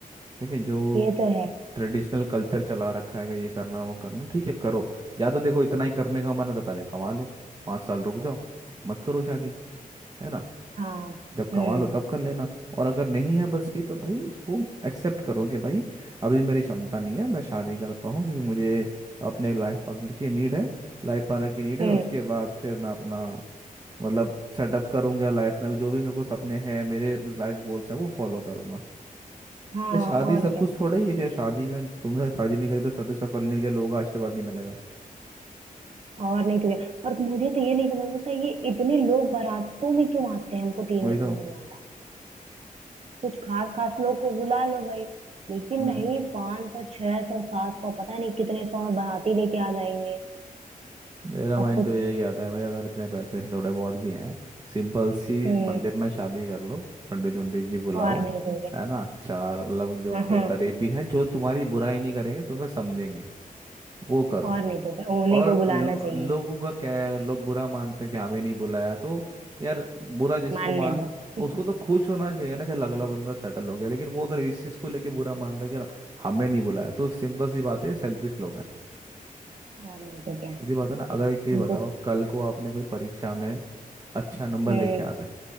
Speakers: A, on the right; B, on the right.
A: ठीक है जो
B: ये तो है
A: ट्रेडिशनल कल्चर चला रखा है कि ये करना वो करना ठीक है करो या तो देखो इतना ही करने का मन है तो पहले कमा लो पाँच साल रुक जाओ मत करो शादी है ना
B: हाँ
A: जब कमा
B: हम्म
A: लो तब कर लेना और अगर नहीं है बस की तो भाई उसको एक्सेप्ट करो कि भाई अभी मेरी क्षमता नहीं है मैं शादी करता हूँ क्योंकि मुझे अपने लाइफ पार्टनर की नीड है लाइफ पार्टनर की नीड है
B: हम्म
A: उसके बाद फिर मैं अपना मतलब सेटअप करूंगा लाइफ में जो भी मेरे को सपने हैं मेरे लाइफ गोल्स हैं वो फॉलो करूंगा
B: हाँ
A: क्या शादी
B: और
A: सब
B: क्या
A: कुछ थोड़ा ही है क्या शादी में तुमने शादी नहीं करी तो शादी सफल नहीं होगी लोगों का आशीर्वाद नहीं मिलेगा
B: और नहीं तो क्या और मुझे तो ये नहीं समझ में आता ये इतने लोग बारातों में क्यों आते हैं हमको तो ये
A: वही
B: नहीं समझ में आता कुछ खास खास लोग को बुला लो भाई लेकिन
A: तो
B: नहीं पाँच सौ छह सौ सात सौ पता नहीं कितने सौ बाराती लेके आ जाएंगे
A: मेरा माइंड
B: सब कुछ
A: तो यही आता है भाई अगर इतने पैसे हैं थोड़े बहुत भी हैं सिंपल सी
B: हम्म
A: मंदिर में शादी कर लो पंडित पंडित जी बुलाओ
B: और नहीं तो क्या
A: है ना चार मतलब जो
B: हाँ
A: क-
B: हाँ,
A: करीबी हैं जो तुम्हारी बुराई नहीं करेंगे तुम्हें समझेंगे वो करो
B: और नहीं तो क्या उन्हीं
A: और
B: को बुलाना
A: लो,
B: चाहिए
A: लोगों का क्या है लोग बुरा मानते हैं कि हमें नहीं बुलाया तो यार बुरा जिसको
B: मानने
A: मान
B: दो <laughs>
A: उसको तो खुश होना चाहिए ना चल अगला बंदा सेटल हो गया लेकिन वो अगर इस चीज़ को लेके बुरा मान रहा है कि यार हमें नहीं बुलाया तो सिंपल सी बात है सेल्फिश लोग हैं
B: और नहीं तो क्या
A: सीधी बात है ना अगर एक चीज़
B: उनको
A: बताओ कल को आपने कोई परीक्षा में अच्छा नंबर
B: हम्म
A: लेके आ गए